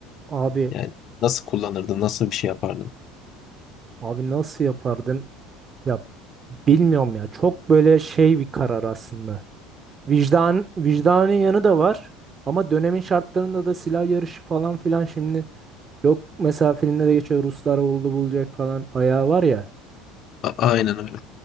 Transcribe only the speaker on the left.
Yani nasıl kullanırdın, nasıl bir şey yapardın?
A- aynen öyle.